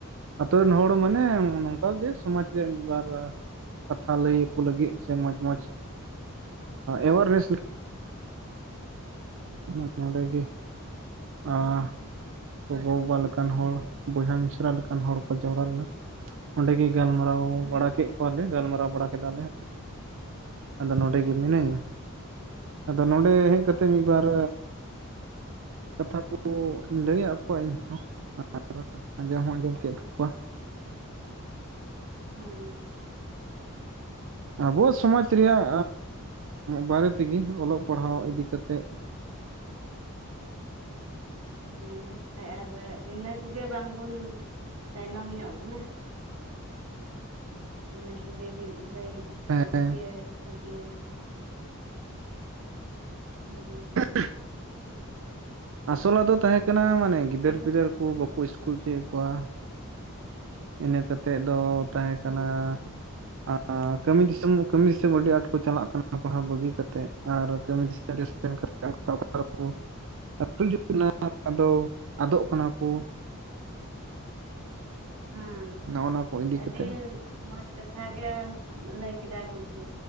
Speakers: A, on the right; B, on the right.
A: ᱟᱛᱳ ᱨᱮᱱ ᱦᱚᱲ ᱢᱟᱱᱮ ᱱᱚᱝᱠᱟᱜ ᱜᱮ ᱥᱚᱢᱟᱡ ᱨᱮᱭᱟᱜ ᱢᱤᱫᱵᱟᱨ ᱠᱟᱛᱷᱟ ᱞᱟᱹᱭ ᱟᱠᱚ ᱞᱟᱹᱜᱤᱫ ᱥᱮ ᱢᱚᱡᱽ ᱢᱚᱡᱽ ᱮᱵᱟᱨᱱᱮᱥ <inaudible> ᱱᱚᱰᱮ ᱜᱮ ᱟᱨ ᱜᱚᱜᱚ ᱵᱟᱵᱟ ᱞᱮᱠᱟᱱ ᱦᱚᱲ ᱵᱚᱭᱦᱟ ᱢᱤᱥᱨᱟ ᱞᱮᱠᱟᱱ ᱦᱚᱲ ᱠᱚ ᱡᱟᱣᱨᱟ ᱞᱮᱱᱟ ᱚᱸᱰᱮᱜᱮ ᱜᱟᱞᱢᱟᱨᱟᱣ
B: ᱦᱩᱸ
A: ᱵᱟᱲᱟ ᱠᱮᱜ ᱠᱚᱣᱟᱞᱮ ᱜᱟᱞᱢᱟᱨᱟᱣ ᱵᱟᱲᱟ ᱠᱮᱫᱟᱞᱮ ᱟᱫᱚ ᱱᱚᱸᱰᱮ
B: ᱦᱩᱸ
A: ᱜᱮ ᱢᱤᱱᱟᱹᱧᱟ ᱟᱫᱚ ᱱᱚᱸᱰᱮ
B: ᱦᱚᱸ
A: ᱦᱮᱡ ᱠᱟᱛᱮ ᱢᱤᱫ ᱵᱟᱨ ᱠᱟᱛᱷᱟ ᱠᱚ ᱞᱟᱹᱭᱟᱜ ᱠᱚᱣᱟ ᱤᱧᱦᱚᱸ ᱟᱨ ᱟᱸᱡᱚᱢ ᱦᱚᱸᱧ ᱟᱸᱡᱚᱢ ᱠᱮᱫ ᱠᱚᱣᱟ <unintelligible>
B: ᱦᱮᱸ
A: ᱟᱵᱚᱣᱟᱜ ᱥᱚᱢᱟᱡᱽ ᱨᱮᱭᱟᱜ ᱵᱟᱨᱮ ᱛᱮᱜᱮ ᱚᱞᱚᱜ ᱯᱟᱲᱦᱟᱣ
B: ᱦᱮᱸ
A: ᱤᱫᱤ ᱠᱟᱛᱮᱫ ᱾
B: ᱦᱮᱸ ᱵᱟᱠᱷᱟᱡ ᱟᱨ ᱤᱱᱟᱹ ᱠᱚᱜᱮ ᱵᱟᱝᱵᱚᱱ ᱛᱟᱭᱱᱚᱢ ᱧᱚᱜ ᱠᱟᱱᱟ ᱤᱱᱟᱹ ᱠᱚᱜᱮ <inaudible> ᱞᱟᱹᱭ
A: ᱦᱮᱸ
B: ᱜᱮ ᱤᱭᱟᱹ ᱦᱩᱸ
A: <inaudible> ᱟᱥᱚᱞᱟᱜ ᱫᱚ ᱛᱟᱦᱮᱸ ᱠᱟᱱᱟ ᱢᱟᱱᱮ ᱜᱤᱫᱟᱹᱨ
B: ᱟᱫᱚ
A: ᱯᱤᱫᱟᱹᱨ ᱠᱚ ᱵᱟᱠᱚ ᱥᱠᱩᱞ ᱚᱪᱚᱭᱮᱫ ᱠᱚᱣᱟ᱾ ᱤᱱᱟᱹ ᱠᱟᱛᱮᱫ ᱫᱚ ᱛᱟᱦᱮᱸ
B: ᱦᱮᱸ
A: ᱠᱟᱱᱟ ᱟᱨ ᱟᱨ ᱠᱟᱹᱢᱤ ᱫᱤᱥᱚᱢ ᱠᱟᱹᱢᱤ ᱫᱤᱥᱚᱢ ᱟᱹᱰᱤ ᱟᱸᱴ ᱠᱚ ᱪᱟᱞᱟᱜ ᱠᱟᱱᱟ ᱯᱟᱲᱦᱟᱣ ᱵᱟᱹᱜᱤ ᱠᱟᱛᱮᱫ ᱟᱨ ᱠᱟᱹᱢᱤ ᱫᱤᱥᱚᱢ <unintelligible> <unintelligible> ᱟᱫᱚ ᱟᱫᱚᱜ ᱠᱟᱱᱟ ᱠᱚ᱾
B: ᱦᱮᱸ
A: ᱱᱚᱜᱼᱚ ᱱᱟ ᱠᱚ ᱤᱫᱤ
B: ᱟᱹᱰᱤ
A: ᱠᱟᱛᱮᱫ
B: ᱢᱚᱸᱡᱽ ᱠᱟᱛᱷᱟ ᱜᱮ ᱞᱟᱹᱭ ᱠᱮᱫᱟ ᱜᱚᱝᱠᱮ᱾